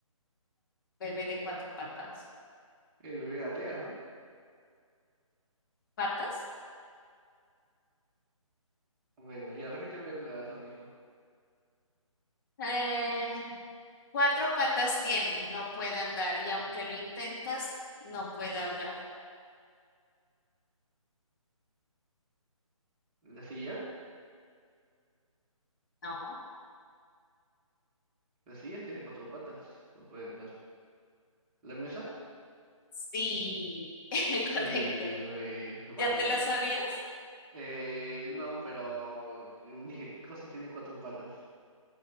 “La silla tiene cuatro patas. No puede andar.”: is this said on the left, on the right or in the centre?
Right